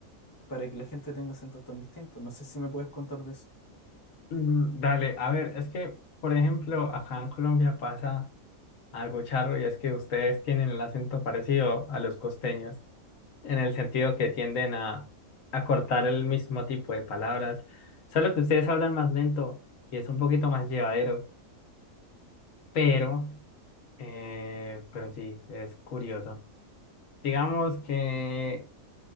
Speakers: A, on the left; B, on the left.
A: para que la gente tenga acentos tan distintos. No sé si me puedes contar de eso.
B: Mm, Dale, a ver, es que, por ejemplo, acá en Colombia pasa algo charro y es que ustedes tienen el acento parecido a los costeños, en el sentido que tienden a, a cortar el mismo tipo de palabras, solo que ustedes hablan más lento y es un poquito más llevadero, pero, eh, pero sí, es curioso. Digamos que